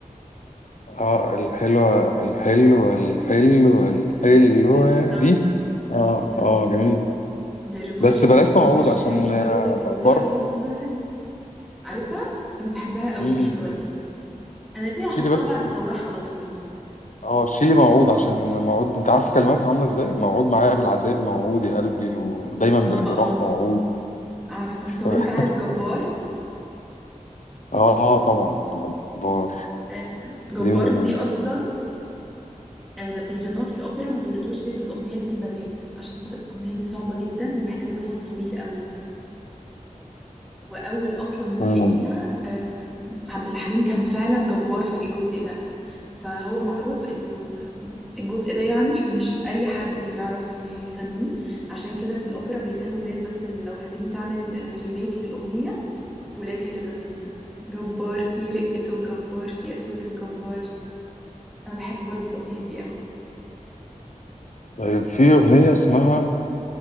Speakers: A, on the left (about 65°); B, in the centre.
A: اه الحلوه الحلوه الحلوه الحلوه
B: بالظبط
A: دي اه
B: امم
A: اه جميل
B: برموشها
A: بس بلاش
B: برموشها
A: موعود عشان
B: السودة
A: آه، بر
B: الحلوة عارفها انا بحبها قوي
A: مم.
B: الحلوة دي انا دي هحطها
A: شيلي بس
B: بعد سواح على طول
A: اه شيلي موعود عشان موعود انت عارف كلماتها عامله ازاي موعود معايا بالعذاب موعود يا قلبي ودايما بالجراح
B: اه اه
A: موعود
B: عارفة
A: ف...
B: طب انت عارف جبار
A: اه طبعا جبار
B: آه، جبار
A: دي من...
B: دي اصلا آه، لما بيغنوها في الأوبرا ما بيرضوش يدوا الأغنية دي للبنات عشان خاطر الأغنية دي صعبة جدا ومحتاجة نفس طويل قوي وأول أصلا جزء
A: مم.
B: فيها آم، عبد الحليم كان فعلا جبار في الجزء ده فهو معروف إن ال- آم، الجزء ده يعني مش أي حد بيعرف يغنيه عشان كده في الأوبرا بيخلوا ولاد بس اللي لو هتيجي تعمل آه، ريميك للأغنية ولاد هي اللي بتغنيها جبار في رقته جبار في قسوته جبار أنا بحب برضو الأغنية دي قوي
A: طيب في أغنية اسمها